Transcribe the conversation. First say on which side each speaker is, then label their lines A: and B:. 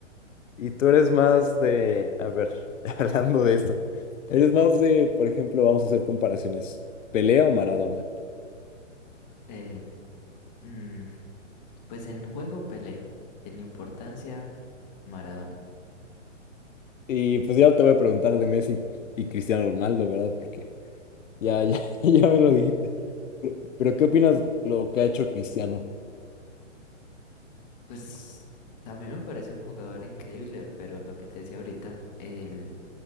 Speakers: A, on the left; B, on the left.
A: Y tú eres más de, a ver, <laughs> hablando de esto, eres más de, por ejemplo, vamos a hacer comparaciones, ¿Pelea o Maradona?
B: Eh, mm, pues en juego Pelé, en importancia Maradona.
A: Y pues ya te voy a preguntar de Messi y Cristiano Ronaldo, ¿verdad? Porque ya, ya, <laughs> ya me lo dijiste. Pero, pero ¿qué opinas lo que ha hecho Cristiano?
B: Pues también me parece un jugador increíble, pero lo que te decía ahorita, él